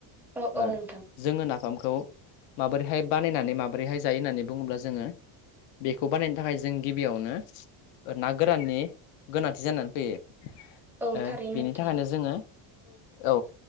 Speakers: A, in the centre; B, on the left (about 80°).
A: औ औ
B: ओ
A: नोंथां
B: जोङो नाफाम खौ माबोरैहाय बानायनानै माबोरैहाय जायो होननानै बुङोब्ला जोङो बेखौ बानायनो थाखाय जों गिबियावनो ना गोराननि गोनांथि जानानै फैयो।
A: औ
B: ओ
A: थारैनो
B: बिनि
A: नोंथां
B: थाखायनो जोङो। औ